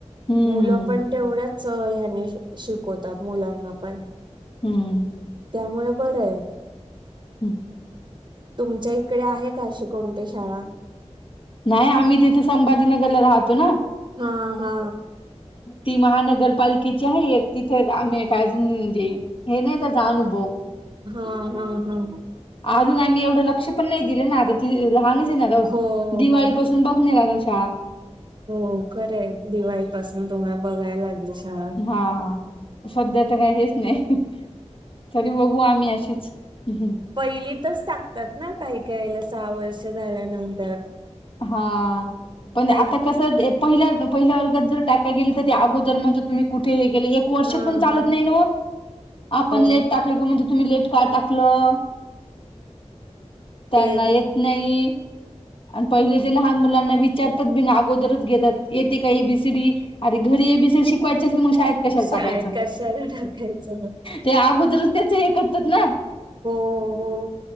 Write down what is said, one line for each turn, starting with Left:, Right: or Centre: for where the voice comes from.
Left: हम्म
Right: मुलं पण तेवढ्याच ह्याने शिकवतात मुलांना पण
Left: हम्म
Right: त्यामुळे बरं आहे.
Left: हम्म
Right: तुमच्या इकडे आहे का अशी कोणती शाळा?
Left: नाही आम्ही तिथे संभाजीनगरला राहतो ना.
Right: हा हा
Left: ती महानगरपालिके तिथे आम्ही काय हे नाही त्याचा अनुभव
Right: हा हा हम
Left: अजून आम्ही एवढं लक्ष पण नाही दिलं ना आता त लहानच आहे ना आता
Right: हो
Left: दिवाळी
Right: हो
Left: पासून बघणे रा शाळा.
Right: हो खरं आहे दिवाळीपासून तुम्हाला बघायला लागलं शाळा
Left: हा हा सध्या तर काही हेच नाही तरी बघू आम्ही अशीच हमंम
Right: पहिली तच टाकतात ना काही काही सहा वर्ष झाल्यानंतर
Left: हा पण
Right: काही
Left: आता कस पहि पहिल्या वर्गात जर टाकाय गेली तर त्या अगोदर म्हण तुम् कुठे हे ग एक वर्ष
Right: हा
Left: पण चालत
Right: हा
Left: नाही आपण
Right: हो
Left: लेट टा की म्हटलं तुम्ही लेट का टाकलं त्यांना
Right: ते
Left: येत नाही. आणि पहिले ते लहान मुलांना विचारतात बी ना अगोदरच घेतात येते का ए बीसीडी अरे घरी ए बिसे शिकवायचे असेल मग शाळेत कशाला
Right: शाळेत
Left: टाकायचं.
Right: कशाला टाकायचं
Left: ते अगोदरच त्याचं हे करतात ना
Right: हो हो